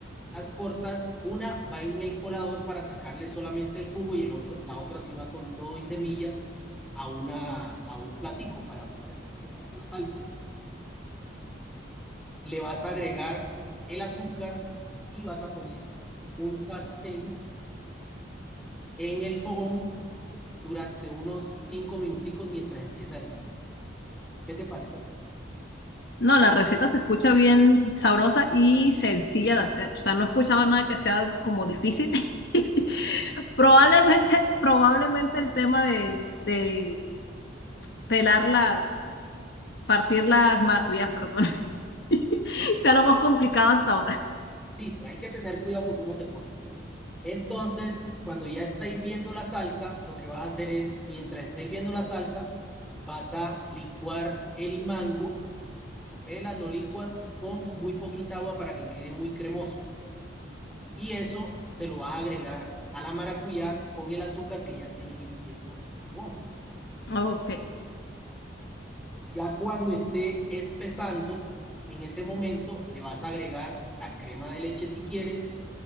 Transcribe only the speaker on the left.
No, la receta se escucha bien sabrosa y sencilla de hacer. O sea, no he escuchado nada que sea como difícil. <laughs> Probablemente, probablemente el tema de, de pelar las, partir las maracuyás, perdón, <laughs> sea lo más complicado hasta ahora.
Ok.